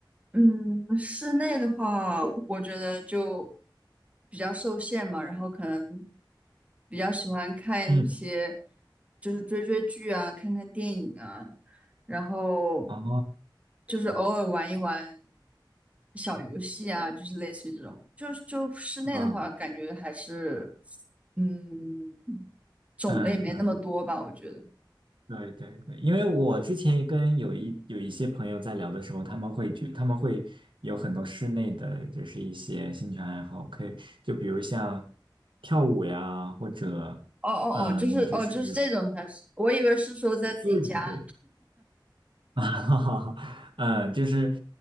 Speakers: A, on the right; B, on the right.
A: 嗯，室内的话，我觉得就比较受限嘛，然后可能比较喜欢看一些，
B: 嗯，
A: 就是追追剧啊，看看电影啊，然后
B: 哦，
A: 就是偶尔玩一玩小游戏啊，就是类似于这种，就是就室内的话，
B: 啊，
A: 感觉还是，嗯，种类没那么多吧，
B: 嗯嗯，
A: 我觉得。
B: 对对对，因为我之前跟有一有一些朋友在聊的时候，他们会觉他们会有很多室内的就是一些兴趣爱好，可以就比如像跳舞呀，或者嗯，
A: 哦哦哦，就是哦，
B: 就是
A: 就是这种才是，我以为是说在自己家。
B: 对对对。啊，<laughs> 嗯，就是